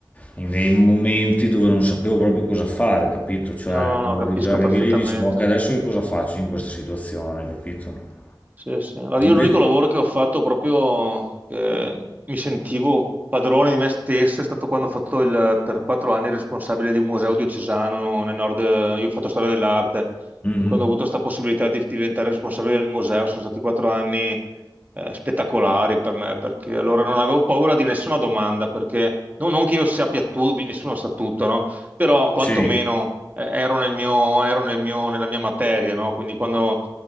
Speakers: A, on the left; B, on the right.
A: in dei momenti dove non sapevo proprio cosa fare, capito? Cioè
B: No, no, capisco
A: arrivi
B: perfettamente.
A: lì e dici, ma ok, adesso che cosa faccio in questa situazione, capito?
B: Sì, sì. Allora, io
A: Invece...
B: l'unico lavoro che ho fatto proprio che mi sentivo padrone di me stesso è stato quando ho fatto il, per quattro anni il responsabile di un museo diocesano nel nord, io ho fatto storia dell'arte
A: Mhm.
B: e quando ho avuto questa possibilità di diventare responsabile del museo sono stati quattro anni eh, spettacolari per me perché allora non avevo paura di nessuna domanda perché no- non che io sappia tutto, nessuno sa tutto, no? Però quantomeno
A: Sì,
B: eh, ero nel mio, ero nel mio- nella mia materia, no? Quindi quando